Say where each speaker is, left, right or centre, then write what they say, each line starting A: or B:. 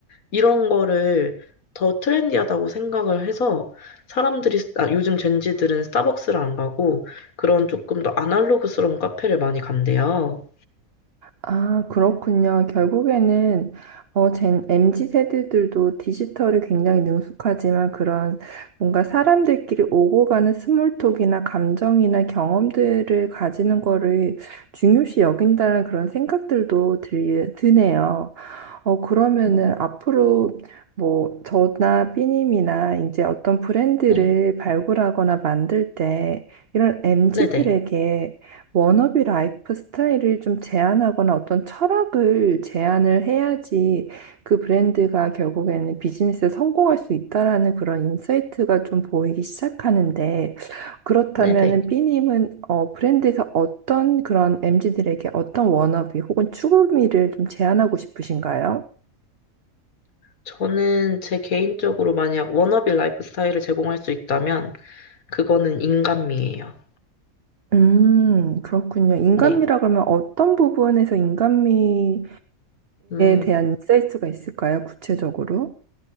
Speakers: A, on the left; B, on the right.
A: 이런 거를 더 트렌디하다고 생각을 해서 사람들이 아, 요즘 젠지들은 스타벅스를 안 가고 그런 조금 더 아날로그스러운 카페를 많이 간대요.
B: 아, 그렇군요. 결국에는 어, 젠, MZ 세대들도 디지털에 굉장히 능숙하지만 그런 뭔가 사람들끼리 오고 가는 스몰톡이나 감정이나 경험들을 가지는 거를 중요시 여긴다는 그런 생각들도 들, 드네요. 어, 그러면은
A: 음.
B: 앞으로 뭐 저나 삐님이나 이제 어떤 브랜드를
A: 네,
B: 발굴하거나 만들 때 이런 m 지들에게
A: 네네,
B: 워너비 라이프 스타일을 좀 제안하거나 어떤 철학을 제안을 해야지 그 브랜드가 결국에는 비즈니스에 성공할 수 있다라는 그런 인사이트가 좀 보이기 시작하는데 그렇다면은
A: 네네.
B: 삐님은 어, 브랜드에서 어떤 그런 m 지들에게 어떤 워너비 혹은 추구미를 좀 제안하고 싶으신가요?
A: 저는 제 개인적으로 만약 워너비 라이프 스타일을 제공할 수 있다면 그거는 인간미예요.
B: 음, 그렇군요. 인간미라
A: 네.
B: 그러면 어떤 부분에서 인간미에
A: 음,
B: 대한 인사이트가 있을까요? 구체적으로?